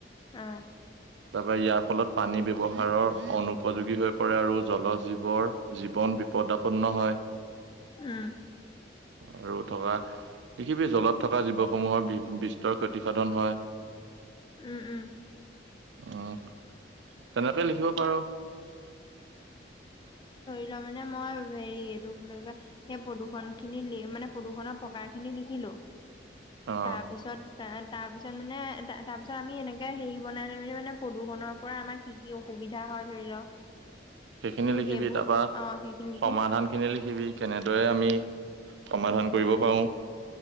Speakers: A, on the left; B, on the right.
A: অ',
B: তাৰপা ইয়াৰ ফলত পানী ব্যৱহাৰৰ অনুপযোগী হৈ পৰে আৰু জল জীৱৰ জীৱন বিপ পদপন্ন হয়
A: উম,
B: আৰু থকা পৃথিৱীৰ জলত থকা জীৱসমূহৰ বিস্তৰ ক্ষতিসাধন হয়
A: উম, উম।
B: অ' তেনেকৈ লিখিব পাৰ
A: তাৰমানে মই হেৰি এইটো বুলি কয়, সেই প্ৰদূষন খিনি মানে প্ৰদূষণৰ প্ৰকাৰ খিনি লিখিলোঁ।
B: অ
A: তাৰপিছত তা, তাৰপিছত মানে, তা- তাৰপিছত আমি এনেকে হেৰি বনাই লৈ মেলি মানে প্ৰদূষণৰ পৰা আমাৰ কি কি অস সুবিধা হয় ধৰি ল
B: সেইখিনি
A: তোৰ
B: লিখিবি,
A: সেইবোৰ
B: তাৰপা
A: অ সেইখিনি লিখিম
B: সমাধান খিনি লিখিবি, কেনেদৰে আমি সমাধান কৰিব
A: উম
B: পাৰোঁ।